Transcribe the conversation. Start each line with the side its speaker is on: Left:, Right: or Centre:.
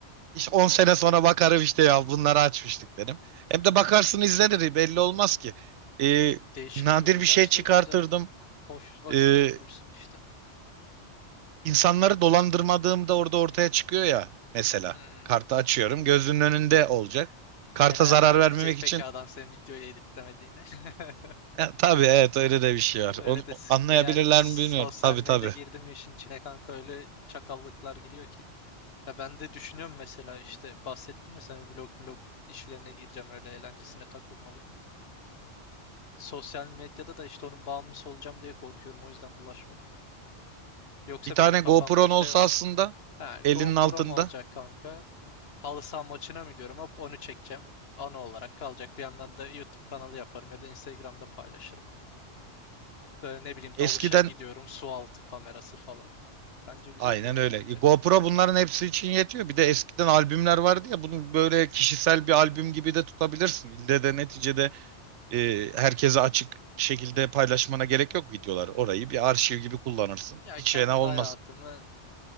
Right: İşte 10 sene sonra bakarım işte ya bunları açmıştık derim. Hem de bakarsın izlenir belli olmaz ki. Ee,
Left: Değişik
Right: nadir
Left: bir uğraşla
Right: bir şey çıkartırdım.
Left: güzel. Boş vakit
Right: Ee,
Left: öldürürsün işte.
Right: insanları dolandırmadığımda orada ortaya çıkıyor ya mesela.
Left: Hmm.
Right: Kartı açıyorum gözünün önünde olacak. Karta
Left: E nereden
Right: zarar vermemek
Left: bilecek peki
Right: için
Left: adam senin videoyu editlemediğini? <laughs>
Right: e, tabii evet öyle de bir şey var.
Left: Öyle
Right: Onu
Left: de sıkıntılı.
Right: anlayabilirler
Left: Yani biz
Right: mi bilmiyorum.
Left: sosyal
Right: Tabii
Left: medya
Right: tabii.
Left: girdi mi işin içine kanka öyle çakallıklar giriyor ki. Ya ben de düşünüyorum mesela işte bahsettim ya sana vlog vlog işlerine gireceğim öyle eğlencesine takılmalık. Sosyal medyada da işte onun bağımlısı olacağım diye korkuyorum. O yüzden bulaşmadım. Yoksa
Right: Bir tane
Left: benim kafamda
Right: GoPro'nun
Left: şey
Right: olsa
Left: var.
Right: aslında
Left: Ha,
Right: elinin
Left: GoPro'm
Right: altında.
Left: olacak kanka. Halı saha maçına mı gidiyorum? Hop onu çekeceğim. Ana olarak kalacak. Bir yandan da YouTube kanalı yaparım ya da Instagram'da paylaşırım. Böyle ne bileyim
Right: Eskiden
Left: dalışa gidiyorum. Su altı kamerası falan. Bence güzel
Right: aynen
Left: bir eğlence.
Right: öyle. E, GoPro bunların hepsi için yetiyor. Bir de eskiden albümler vardı ya bunu böyle kişisel bir albüm gibi de tutabilirsin. İlle de neticede e, herkese açık şekilde paylaşmana gerek yok videolar. Orayı bir arşiv gibi kullanırsın.
Left: Ya
Right: Hiç
Left: kendi
Right: fena olmaz.
Left: hayatımı